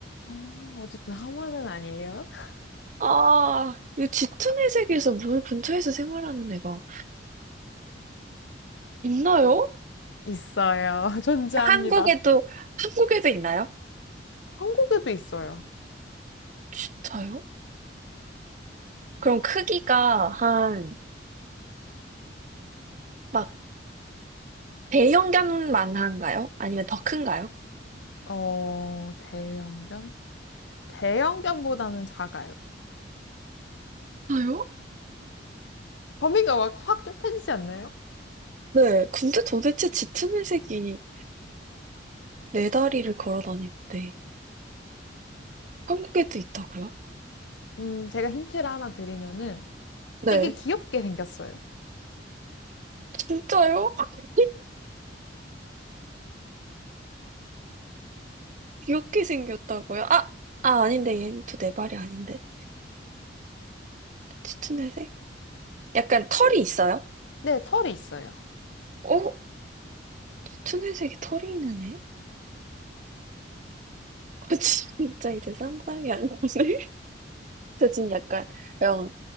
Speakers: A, on the left; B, on the right.
A: 어, 어쨌든 하마는 아니에요. <laughs>
B: 아, 이 짙은 회색에서 물 근처에서 생활하는 애가 있나요?
A: 있어요. <laughs> 존재합니다.
B: 한국에도, 한국에도 있나요?
A: 한국에도 있어요.
B: 진짜요? 그럼 크기가 한, 막, 대형견만한가요? 아니면 더 큰가요?
A: 어, 대형견? 대형견보다는 작아요.
B: 없어요?
A: 범위가 확, 확 좁혀지지 않나요?
B: 네, 근데 도대체 짙은 회색이 네 다리를 걸어 다니는데 한국에도 있다고요?
A: 음, 제가 힌트를 하나 드리면은
B: 네,
A: 되게 귀엽게 생겼어요.
B: 진짜요? <laughs> 귀엽게 생겼다고요? 아, 아 아닌데 얘는 또 네 발이 아닌데 짙은 회색? 약간 털이 있어요?
A: 네, 털이 있어요.
B: 어? 짙은 회색에 털이 있는 애? <laughs> 아, 진짜 이제 상상이 안 가네. <laughs> 저 지금 약간 그냥